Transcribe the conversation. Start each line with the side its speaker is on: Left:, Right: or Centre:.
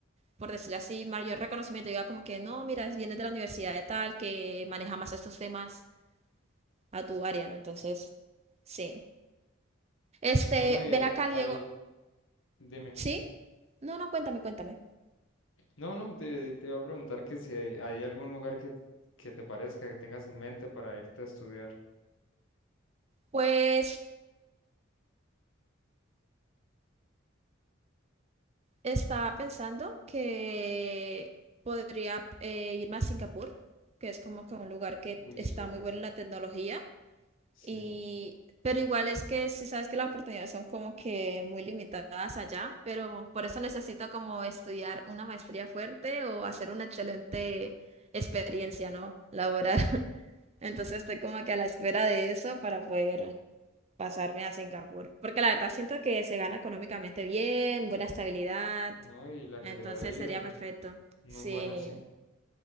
Right: por decirlo así, mayor reconocimiento. Diga como que no, mira, vienes de la universidad de tal, que maneja más estos temas a tu área, ¿no? Entonces, sí. Este,
Left: Bueno, y eh,
Right: ven acá, Diego.
Left: ahí, dime.
Right: ¿Sí? No, no, cuéntame, cuéntame.
Left: No, no, te, te iba a preguntar que si hay, hay algún lugar que, que te parezca, que tengas en mente para irte a estudiar.
Right: Pues estaba pensando que podría eh, irme a Singapur, que es como que un lugar que
Left: Uy,
Right: está
Left: súper,
Right: muy bueno en la tecnología.
Left: sí.
Right: Y, pero igual es que sí sabes que las oportunidades son como que muy limitadas allá, pero por eso necesito como estudiar una maestría fuerte o hacer una excelente experiencia, ¿no? Laboral. Entonces estoy como que a la espera de eso para poder pasarme a Singapur. Porque la verdad siento que se gana económicamente bien, buena estabilidad.
Left: No, y la calidad
Right: Entonces
Left: de vida,
Right: sería perfecto.
Left: muy
Right: Sí.
Left: buena, sí.